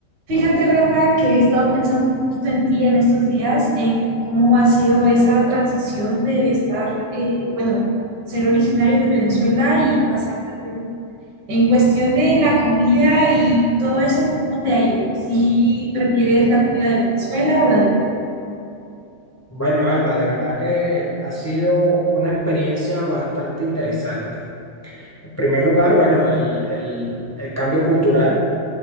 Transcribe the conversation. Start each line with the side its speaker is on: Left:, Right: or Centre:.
Right: Fíjate, Rafa, que he estado pensando un poquito en ti en estos días, en cómo ha sido esa transición de estar, eh, bueno, ser originario de Venezuela y pasarte a Perú. En cuestión de la comida y todo eso, ¿cómo te ha ido? ¿Si prefieres la comida de Venezuela o la de Perú?
Left: Bueno, Alba, de verdad que ha sido una experiencia bastante interesante. En primer lugar, bueno, el, el- el cambio cultural